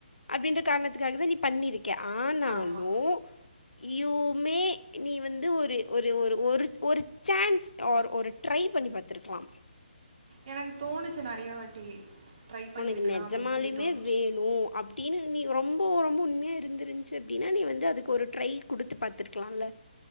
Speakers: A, on the left; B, on the right.
A: அப்டின்ற காரணத்துக்காக தா நீ பண்ணிருக்கே ஆனாலூ
B: ஆமா
A: யுவுமே நீ வந்து ஒரு ஒரு ஒரு ஒரு ஒரு சான்ஸ் ஆர் ஒரு ட்ரை பண்ணி பாத்ருக்லாம்
B: எனக்கு தோணுச்சு நெறைய வாட்டி ட்ரை பண்ணியிருக்கலாம்
A: உனக்கு நெஜமாலியுமே
B: அப்படின்னு சொல்லி தோணுச்சு
A: வேணு அப் டீனு நீ ரொம்போ ரொம்ப வந்து உண்மையா இருந்திருந்ச்சு அப்டினா நீ வந்து அதுக்கு ஒரு ட்ரை குடுத்து பாத்துருக்லால